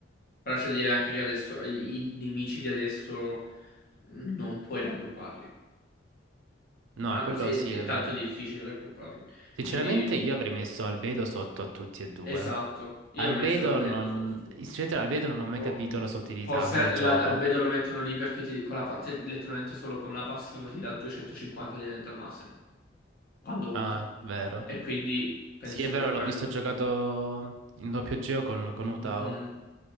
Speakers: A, on the left; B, on the right.
A: Però c'è da dire anche che adesso i i nemici di adesso non puoi raggrupparli.
B: No,
A: Ah,
B: quello
A: se-
B: sì
A: è
B: è vero.
A: tanto difficile raggrupparli.
B: Sinceramente
A: Quindi,
B: io avrei messo Albedo sotto a tutti e due.
A: esatto. Io
B: Albedo
A: ho messo Albedo
B: non...
A: sotto tutti.
B: Sinceramente Albedo non ho mai
A: O
B: capito la sua utilità
A: forse
B: nel gioco.
A: la- Albedo lo mettono lì perché ti- con la pa- te- letteralmente solo con la passiva ti dà 250 di Elemental Mastery quando ulta.
B: Ah, vero.
A: E quindi penso
B: Sì,
A: sia
B: è vero,
A: per quello.
B: l'ho visto giocato in doppio geo con, con Utao.
A: Mhm.